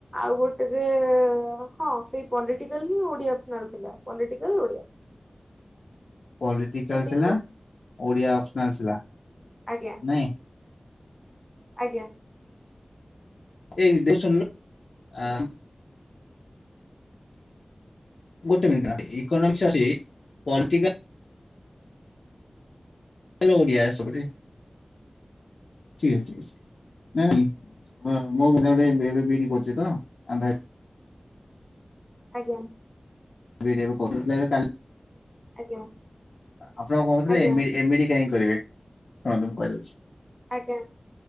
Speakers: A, in the centre; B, on the left.
A: ଆଉ ଗୋଟେରେ, ହଁ ସେଇ ପଲିଟିକାଲ ହିଁ ଓଡିଆ ଅପସନାଲ ଥିଲା। Political Odia optional.
B: ପଲିଟିକାଲ
A: ସେତିକି
B: ଥିଲା,
A: ତ
B: ଓଡ଼ିଆ ଅପସନାଲ ଥିଲା
A: ଆଜ୍ଞା
B: ନାଇଁ?
A: ଆଜ୍ଞା।
B: ଏଇ ଟିକେ ଶୁଣଲୁ। ଆ ଗୋଟେ ମିନିଟ ରହ। ଇକୋନୋମିକ୍ସ ଅଛି। ପଲଟିକାଲ <unintelligible> ଓଡିଆ ସେପଟେ ଠିକ୍ ଅଛି, ଠିକ ଅଛି। ନାଇଁ, ମୋ ଜଣେ <inaudible> ବି ଏଡ କରୁଛି ତ ଆନ୍ଧ୍ରାରେ।
A: ଆଜ୍ଞା।
B: <inaudible>
A: ଆଜ୍ଞା।
B: ଆପଣ କଣ କହୁଥିଲେ?
A: ଆଜ୍ଞା
B: ଏମ ଇତି, ଏମ ଇତି କାହିଁ କରିବେ? ଶୁଣନ୍ତୁ ମୁଁ କହିଦଉଛି
A: ଆଜ୍ଞା।